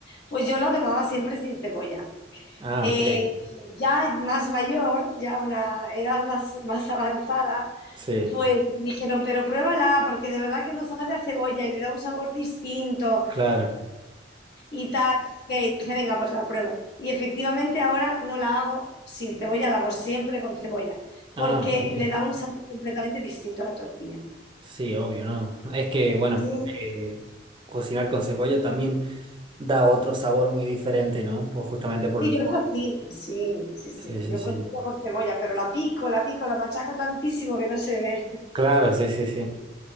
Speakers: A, on the left; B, on the right.
A: Pues yo la tomaba siempre sin cebolla.
B: Ah,
A: Eh,
B: ok.
A: ya más mayor, ya una edad más, más avanzada,
B: Sí,
A: pues me dijeron, pero pruébala, porque de verdad que no sabe a cebolla y le da un sabor distinto
B: claro.
A: y tal. Y dije, venga, pues la pruebo. Y efectivamente ahora no la hago sin cebolla, la hago siempre con cebolla, porque
B: Ah, bien.
A: le da un sabor completamente distinto a la tortilla.
B: Sí, obvio, ¿no? Es que, bueno,
A: Sí,
B: eh, cocinar con cebolla también da otro sabor muy diferente, ¿no? Pues justamente por,
A: sí, yo
B: por-
A: cocino, sí, sí, sí,
B: Sí, sí,
A: yo
B: sí.
A: cocino con cebolla, pero la pico, la pico, la machaco tantísimo que no se ve.
B: Claro, sí, sí, sí.